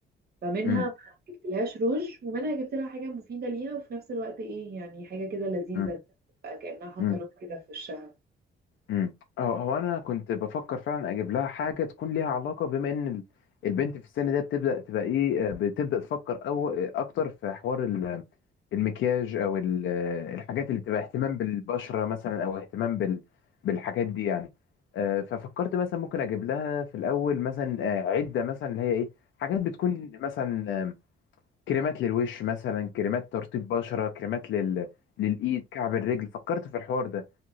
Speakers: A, on the right; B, on the left.
A: فمنها
B: امم
A: ما جبتلهاش روج ومنها جبت لها حاجة مفيدة ليها وفي نفس الوقت ايه يعني حاجة كده لذيذة
B: امم
A: بقى كأنها حاطة
B: امم
A: لون كده في وشها
B: امم هو هو انا كنت بفكر فعلا اجيب لها حاجه تكون ليها علاقه بما ان ال- البنت في السن ده بتبدا تبقى ايه آه، بتبدا تفكر او آه، اكتر في حوار ال- المكياج او ال- آه، الحاجات اللي بتبقى اهتمام بالبشره مثلا او اهتمام بال بالحاجات دي يعني آه، ففكرت مثلا ممكن اجيب لها في الاول مثلا آه، عده مثلا اللي هي ايه حاجات بتكون مثلا كريمات للوش مثلا كريمات ترطيب بشرة كريمات لل... للإيد كعب الرجل فكرت في الحوار ده